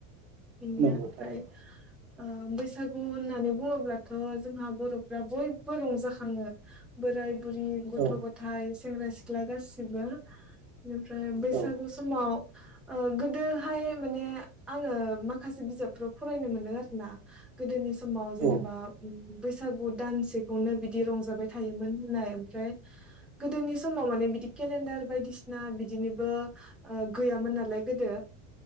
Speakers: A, in the centre; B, on the right.
A: बिनिया
B: नंगौ थारैनो
A: फ्राय ओ बैसागु होननानै बुङोब्लाथ' जोंहा बर'फ्रा बयबो रंजाखाङो बोराय बुरि गथ'
B: औ
A: गथाइ सेंग्रा सिख्ला गासिबो बेनिफ्राय बैसागु
B: औ
A: समाव ओ गोदोहाय माने आङो माखासे बिजाबफ्राव फरायनो मोनदों आरो ना गोदोनि समाव जेनेबा
B: औ
A: उम बैसागु दानसेखौनो बि- बदि रंजाबाय थायोमोन। होननाय ओमफ्राय गोदोनि समाव माने बिदि केलेणडार बायदिसिना बिदिनिबो ओ गैयामोन नालाय गोदो